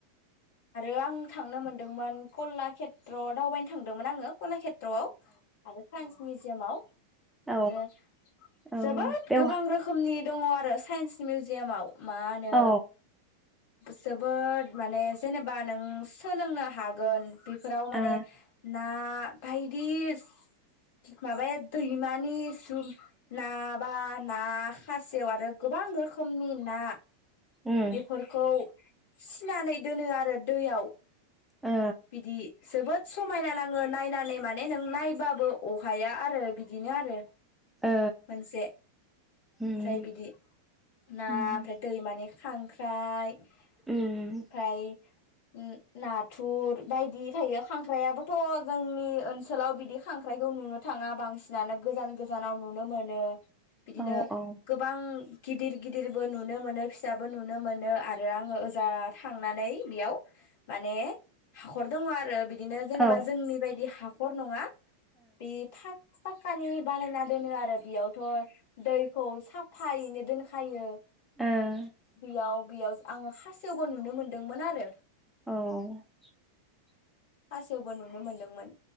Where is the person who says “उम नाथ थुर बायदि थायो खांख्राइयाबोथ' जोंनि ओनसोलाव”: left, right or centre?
Left